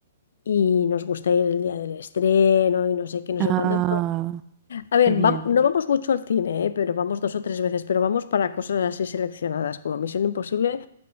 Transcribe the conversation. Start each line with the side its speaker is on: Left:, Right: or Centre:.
Left: y nos gusta ir el día del estreno y no sé qué, no
Right: Ah,
Left: sé cuántos. A ver,
Right: qué bien.
Left: va- no vamos mucho al cine, ¿eh? pero vamos dos o tres veces, pero vamos para cosas así seleccionadas como Misión Imposible.